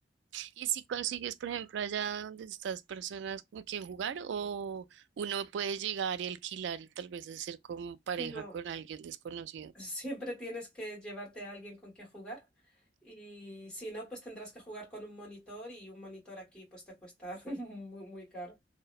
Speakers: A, on the right; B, in the centre.
A: Y si consigues, por ejemplo, allá donde estás personas con quien jugar, o uno puede llegar y alquilar y tal vez hacer como pareja
B: No,
A: con alguien desconocido.
B: siempre tienes que llevarte a alguien con quien jugar y si no, pues tendrás que jugar con un monitor y un monitor aquí pues te cuesta <laughs> muy, muy caro.